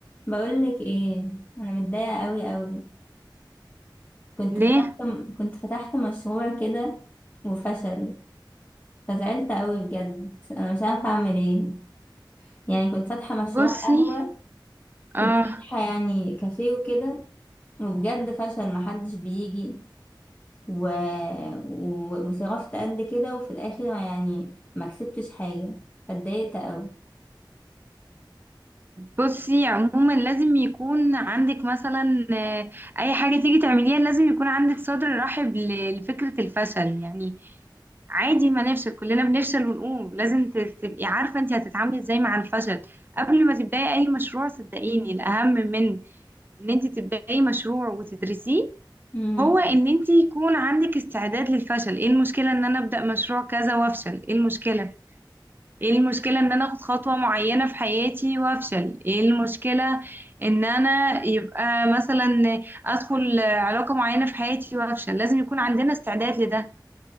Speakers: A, on the left (about 20°); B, on the right (about 25°).
A: بقولك ايه انا متضايقه قوي قوي كنت
B: ليه
A: فتحت كنت فتحت مشروع كده وفشل فزعلت قوي بجد انا مش عارفه اعمل ايه يعني كنت فاتحه مشروع
B: بصي
A: قهوه
B: اه
A: كنت فاتحه يعني كافيه وكده وبجد فشل محدش بيجي و... و... وصرفت قد كده وفي الاخر يعني ما كسبتش حاجه اتضايقت قوي
B: بصي عموما لازم يكون عندك مثلا آه، اي حاجه تيجي تعمليها لازم يكون عندك صدر رحب ل- لفكره الفشل يعني عادي ما نفشل كلنا بنفشل ونقوم لازم ت- تبقي عارفه انت هتتعاملي ازاي مع الفشل قبل ما تبداي اي مشروع صدقيني الاهم من ان انت تبداي مشروع وتدرسيه
A: امم
B: هو ان انت يكون عندك استعداد للفشل ايه المشكله ان انا ابدا مشروع كذا وافشل ايه المشكله ايه المشكلة ان انا اخد خطوة معينة في حياتي وافشل ايه المشكلة ان انا يبقى مثلا ادخل علاقة معينة في حياتي وافشل لازم يكون عندنا استعداد لده